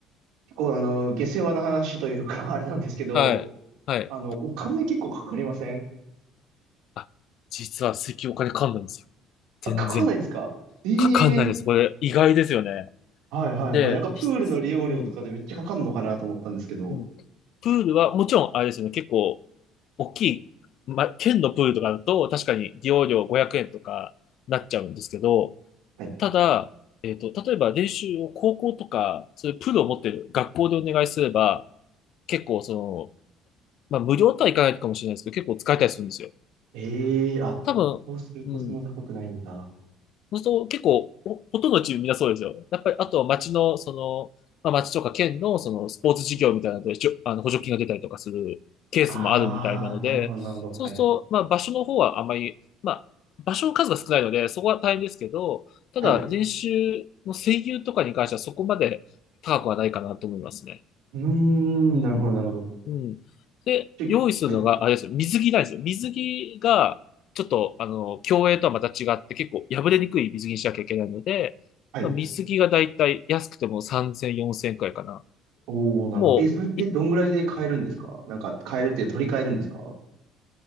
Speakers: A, on the right (about 80°); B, on the left (about 60°).
A: 構、あの、下世話な話というか、<laughs> あれなんですけど、
B: はい。はい。
A: あの、お金結構かかりません
B: あ、実は石油お金かかんないんですよ。全然。
A: あ、かかんないんですかええー
B: かかんないです。これ意外ですよね。
A: はいはいはい。
B: で、
A: なんかプールの利用料とかでめっちゃかかんのかなと思ったんですけど。
B: ひうん、うん。プールはもちろんあれですよね。結構大きい、ま県のプールとかだと、確かに利用料500円とかなっちゃうんですけど、
A: はい。
B: ただ、えっと、例えば練習を高校とか、そういうプールを持ってる学校でお願いすれば、結構その、まあ、無料とはいかないかもしれないですけど、結構使えたりするんですよ。
A: ええーあ、
B: 多分、
A: そうするとそんな高くないんだ。
B: うん、そうすると結構、ほほとんどのチームみんなそうですよ。やっぱり、あとは町の、その、まあ、町とか県の、その、スポーツ事業みたいなので、しょあの、補助金が出たりとかするケースもあるみたいなので、
A: ああ、なるほどなるほど。
B: そうすると、
A: はい。
B: まあ、場所の方はあんまり、まあ、場所の数が少ないので、そこは大変ですけど、ただ、
A: はい。う
B: 練習の声優とかに関してはそこまで高くはないかなと思いますね。
A: ーん、
B: うん。
A: なるほどなるほど。
B: うん。で、
A: で、
B: 用意するのが、
A: はい。
B: あれですよ、水着なんですよ。水着が、ちょっと、あの、競泳とはまた違って、結構破れにくい水着にしなきゃいけないので、
A: はい。
B: まあ、水着がだいたい安くても3000、4000くらいかな。
A: おー、なるほど。
B: もう、
A: え、それってどんぐらいで買えるんですかなんか買えるっていうのは取り替えるんですか
B: い